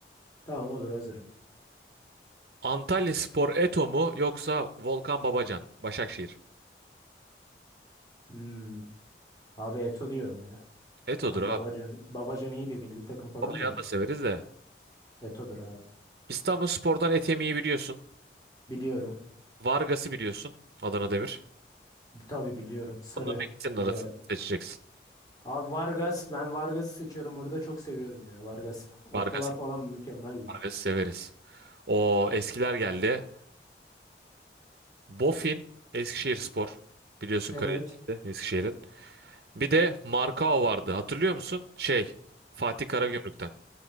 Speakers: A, on the left; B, on the right.
A: Tamam olur hazırım.
B: Antalyaspor Eto mu yoksa Volkan Babacan? Başakşehir.
A: Hmm. Abi Eto diyorum ya.
B: Eto'dur
A: Tam
B: abi.
A: Babacan, Babacan iyiydi milli takım falan
B: Babacan
A: da.
B: da severiz de.
A: Eto'dur abi.
B: İstanbulspor'dan Etemi'yi biliyorsun.
A: Biliyorum.
B: Vargas'ı biliyorsun. Adana Demir.
A: Tabii biliyorum. Sarı
B: Bunların ikisinin arasını
A: bir de ara.
B: seçeceksin.
A: Abi Vargas. Ben Vargas'ı seçiyorum burada. Çok seviyordum ya Vargas. Ortalar
B: Vargas,
A: falan mükemmel ya.
B: Vargas'ı severiz. O eskiler geldi. Bofin, Eskişehirspor. Biliyorsun
A: Evet.
B: Karadeniz'de Eskişehir'in. Bir de Markao vardı. Hatırlıyor musun? Şey, Fatih Karagümrük'ten.